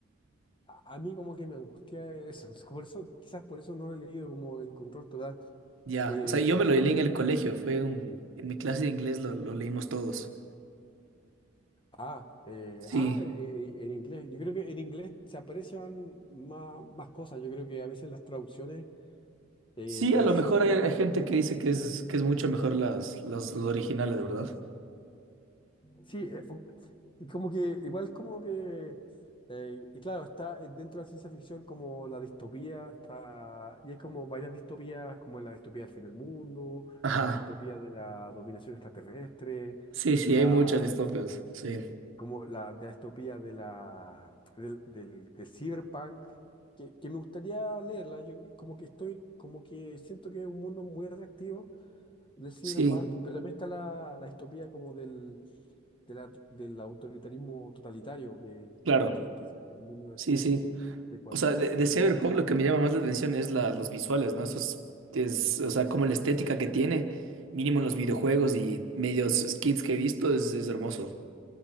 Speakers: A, on the left; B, on the right.
A: a, a mí como que me angustia eso. <laughs> Por eso, quizás por eso no lo he leído como del control total.
B: ya.
A: Eh,
B: O sea, yo
A: por
B: me
A: eso,
B: lo leí en
A: mm,
B: el colegio, fue un, en mi clase de inglés lo, lo leímos todos.
A: ah, eh,
B: Sí,
A: ah, eh, eh, en inglés. Yo creo que en inglés se aprecian más, más cosas. Yo creo que a veces las traducciones eh,
B: sí,
A: traicionan
B: a lo mejor hay, hay
A: el
B: gente que dice que es, que es mucho mejor las, las, las originales, ¿verdad?
A: Sí, eh, um, y como que igual como que, eh, y claro, está eh, dentro de la ciencia ficción como la distopía, está, y hay como varias distopías, como la distopía del fin del mundo,
B: Ajá,
A: la distopía de la dominación extraterrestre,
B: sí, sí,
A: la,
B: hay muchas distopias, sí,
A: como la, la distopía de la, del, del, del cyberpunk, que, que me gustaría leerla, yo como que estoy, como que siento que es un mundo muy atractivo del cyberpunk,
B: sí,
A: pero también está la, la distopía como del, de la- del autoritarismo totalitario que,
B: claro,
A: y que, que sale en 1984.
B: sí, sí. O sea, de, de Cyberpunk lo que me llama más la atención es la- los visuales, ¿no? Esos, es, o sea, como la estética que tiene, mínimo en los videojuegos y medios skits que he visto, es, es hermoso.